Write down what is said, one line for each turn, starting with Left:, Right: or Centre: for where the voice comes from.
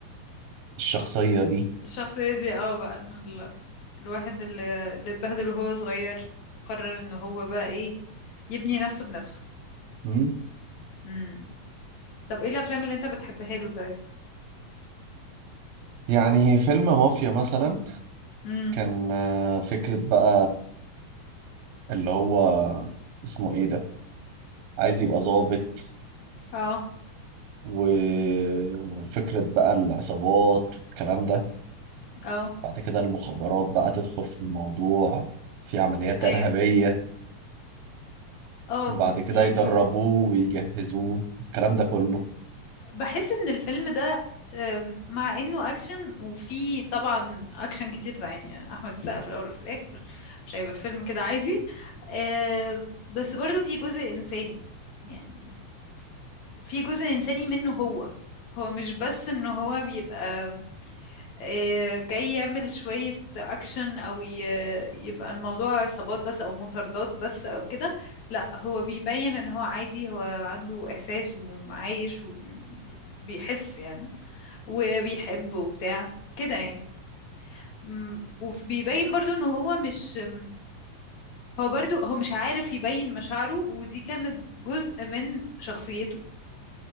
Right: الشخصية دي
Left: الشخصية دي اه بقى ال- الواحد اللي اللي اتبهدل وهو صغير وقرر ان هو بقى ايه يبني نفسه بنفسه
Right: مم.
Left: امم طب ايه الافلام اللي انت بتحبها له طيب
Right: يعني فيلم مافيا مثلا
Left: امم
Right: كان آه، فكرة بقى اللي هو اسمه ايه ده عايز يبقى ضابط
Left: اه
Right: و... وفكرة بقى العصابات والكلام ده
Left: اه
Right: بعد كده المخابرات بقى تدخل في الموضوع في عمليات
Left: ايوه
Right: إرهابية
Left: اه
Right: وبعد
Left: ب-
Right: كده
Left: يعني
Right: يدربوه ويجهزوه الكلام ده كله
Left: بحس ان الفيلم ده أم، مع انه اكشن وفي طبعا اكشن كتير ده يعني احمد السقا في الاول وفي الاخر مش هيبقى فيلم كده عادي أه، بس برضو في جزء انساني يعني في جزء انساني منه هو هو مش بس ان هو بيبقى آه، جاي يعمل شوية أكشن أو ي- يبقى الموضوع عصابات بس أو مطاردات بس أو كده لا هو بيبين إن هو عادي هو عنده إحساس وعايش وبيحس يعني وبيحب وبتاع كده يعني م، وبيبين برضو إن هو مش م، هو برضو هو مش عارف يبين مشاعره ودي كانت جزء من شخصيته